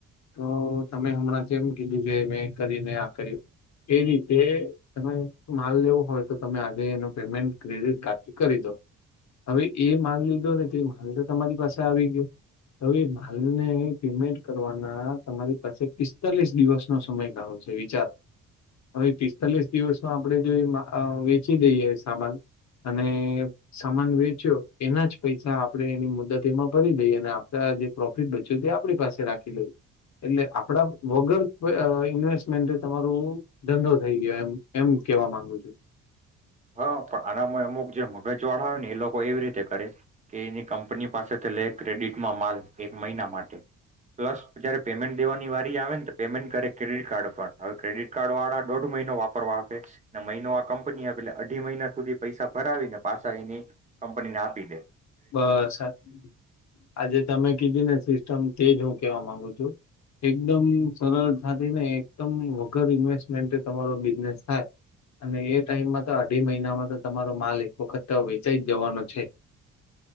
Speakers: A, on the left; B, on the right.
A: તો તમે હમણાં એમ કીધું કે મેં કરી ને આ કર્યું એ રીતે તમે માલ લેવો હોય તો તમે આજે એનું પેમેન્ટ ક્રેડિટ કાર્ડ થી કરી દો, હવે એ માલ લીધો ને તે માલ તો તમારી પાસે આવી ગયો હવે માલ ને પેમેન્ટ કરવાના તમારી પાસે પિસ્તાલીસ દિવસનો સમયગાળો છે વિચારો. હવે પિસ્તાલીસ દિવસમાં આપણે જો વેચી દઈએ સામાન અને સામાન વેચ્યો એના જ પૈસા આપણે એની મુદત એમાં ભરી દઈએ અને આપડા જે પ્રોફિટ બચ્યો તે આપણી પાસે રાખ લ એટલે આપડા વગર ઇન્વેસ્ટમેન્ટે તમારું ધંધો થઈ ગયો એમ એમ કેવા માંગુ છું.
B: હા પણ આનામાં અમુક જે મગજ વાળા આવે ને એ લોકો એવી રીતે કરે કે એની કંપની પાસેથી લે ક્રેડિટમાં માલ એક મહિના માટે પ્લસ જયારે પેમેન્ટ દેવાની વારી આવે ને તો પેમેન્ટ કરે ક્રેડિટ કાર્ડ પણ હવે ક્રેડિટ વાળા દોઢ મહિનો વાપરવા મહિનો આ કંપની એટલે અઢી મહિના સુધી પૈસા ભરાવીને પાસા આવીને કંપની ના <unintelligible>
A: બસ આજે તમે કીધી ને સિસ્ટમ તેજ હું કેવા માંગુ છું એકદમ સરળતાથી ને એકદમ વગર ઇન્વેસ્ટમેન્ટે તમારો બિઝનેસ થાય અને એ ટાઈમમાં તો અઢી મહિનામાં તો તમારો માલ એક વખત વેચાઈ જ જવાનો છે.